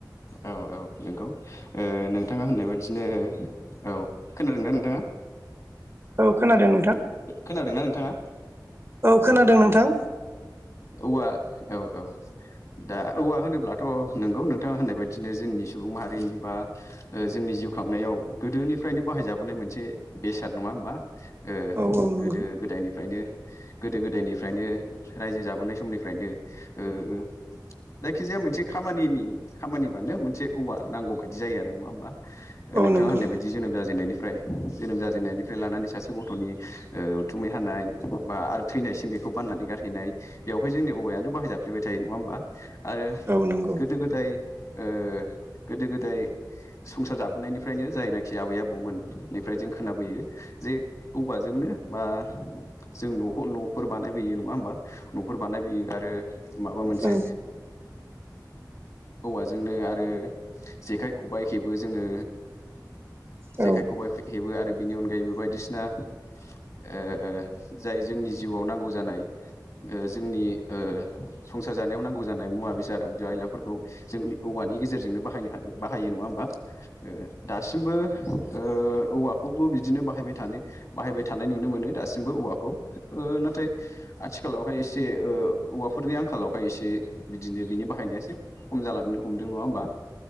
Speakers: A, on the left; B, on the right.
A: औ औ नोंगौ ओ नोंथाङा होननाय बायदिनो औ खोनादों ना नोंथाङा?
B: औ खोनादों नों
A: खोनादोंना नोंथाङा?
B: खोनादों
A: औ औ ओ
B: नोंथां
A: औवा औ औ दा औवा होनोब्लाथ' नोंगौ नोंथाङा होननाय बायदिनो जोंनि सुबुं माहारिनि बा ओ जोंनि जिउ खांनायाव गोदोनिफ्रायनो बाहायजाबोनाय मोनसे बेसाद नङा होमबा?
B: औ
A: गोदो
B: नंगौ
A: गोदायनिफ्रायनो गोदो गोदायनिफ्रायनो रायजो जाबोनाय समनिफ्रायनो ओ जायखिजाया मोनसे खामानिनि खामानिबानो मोनसे औवा नांगौ बायदि जायो आरो नङा होमबा?
B: औ
A: नोंथाङा
B: नंगौ
A: होननाय बायदि जोनोम जाजेननायनिफ्राय जोनोम जाजेननायनिफ्राय लानानै सासे गथ'नि ओ उथुमै हानाय बा आरो थैनायसिम बेखौ बाननानै गारहैनाय बेवहाय जोंनि औवायानो बाहाय जाब फ्लेबाय थायो नङा होमबा आरो
B: औ नंगौ
A: गोदो-गोदाय ओ गोदो-गोदाय संसार जाबोनायनिफ्रायनो जायनाखि आबै आबौमोननिफ्राय जों खोनाबोयो जे औवाजोंनो बा जों न'खौ न'फोर बानायबोयो नङा होमबा न'फोर बानायबोयो आरो माबा मोनसे
B: औ
A: ओ औवाजोंनो आरो जेखाइ-खबाइ हेबो जोङो
B: औ
A: जेखाइ खबाइ हेबो आरो बिनि अनगायैबो बायदिसिना ओ जाय जोंनि जिउवाव नांगौ जानाय। ओ जोंनि ओ संसार जानायाव नांगौ जानाय मुवा-बेसाद आगजु आयलाफोरखौ जों औ औवानि गेजेरजोंनो बाहायनो बाहायो नङा होमबा दासिमबो ओ औवाखौ बिदिनो बाहायबाय थानो बाहायबाय थानाय नुनो मोनो दासिमबो औवाखौ ओ नाथाय आथिखालावहाय इसे औ फोरनि आंखालावहाय इसे बिदिनो बिनि बाहायनाया एसे खम जालांनो हमदों नङा होमबा ओ